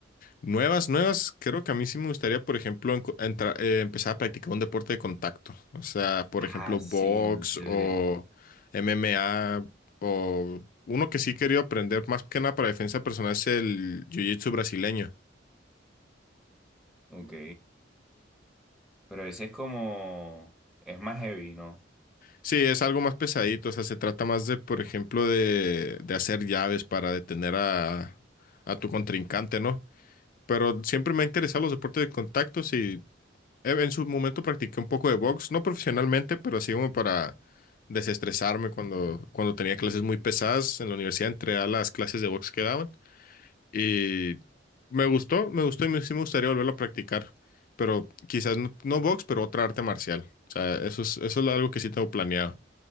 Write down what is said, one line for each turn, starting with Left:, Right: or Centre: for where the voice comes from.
Left: Nuevas, nuevas, creo que a mí sí me gustaría, por ejemplo, enco- entra- eh, empezar a practicar un deporte de contacto. O sea, por
Centre: Ah,
Left: ejemplo,
Centre: sí,
Left: box
Centre: muy chévere.
Left: o MMA o uno que sí he querido aprender más que nada para defensa personal es el jiu-jitsu brasileño.
Centre: Ok. Pero ese es como, es más heavy, ¿no?
Left: Sí, es algo más pesadito, o sea, se trata más de, por ejemplo, de, de hacer llaves para detener a, a tu contrincante, ¿no? Pero siempre me han interesado los deportes de contacto, sí, eh, En su momento practiqué un poco de box, no profesionalmente, pero sí como para desestresarme cuando, cuando tenía clases muy pesadas en la universidad, entré a las clases de box que daban y me gustó, me gustó y me- sí me gustaría volverlo a practicar, pero quizás no, no box, pero otra arte marcial. O sea, eso es, eso es algo que sí tengo planeado.